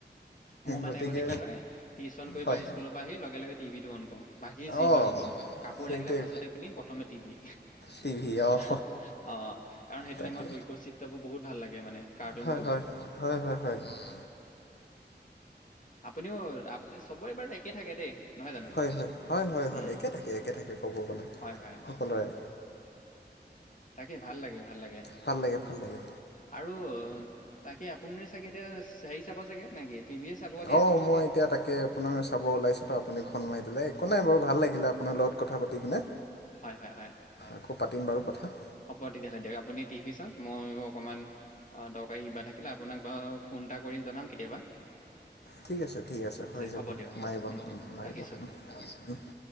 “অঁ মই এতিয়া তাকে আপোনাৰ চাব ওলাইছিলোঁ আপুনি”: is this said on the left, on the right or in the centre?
Left